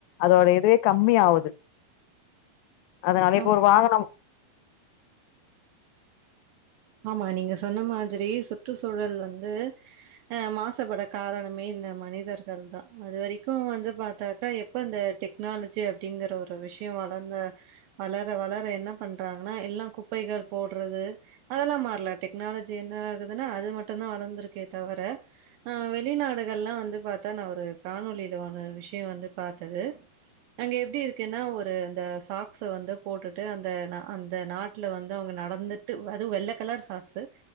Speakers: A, on the left; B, on the right.
A: அதோட இதுவே கம்மியாவுது அதனாலே
B: ஆம்
A: இப்போ ஒரு வாகனம்
B: ஆமா நீங்க சொன்ன மாதிரியே சுற்றுச்சூழல் வந்து அ மாசுபட காரணமே இந் இந்த மனிதர்கள் தா அது வெரிக்கு வந்து பாத்தாக்கா எப்ப இந்த டெக்னாலஜி அப்டிங்கிற ஒரு விஷ் யோ வளந்த வளர வளர என்ன பண்றாங்கன்னா எல்லா குப்பைகள் போட்றது அதெல்லா மாற்லா‌ டெக்னாலஜி என்ன ஆகுதுன்னா அது மட்டுந்தா வளந்துருக்கே தவர அ வெளிநாடுகள் இதெல்லா வந்து பாத்தா நா ஒரு காணொலில ஒரு விஷயோ வந்து பாத்தது அங்க எப்டி இருக்குன்னா ஒரு அந்த சாக்ஸ்ஸ வந்து போட்டுட்டு அந்த அந்த நாட்டுல வந்து அவுங்க நடந்துட்டு வ அது வெள்ள கலர் சாக்ஸு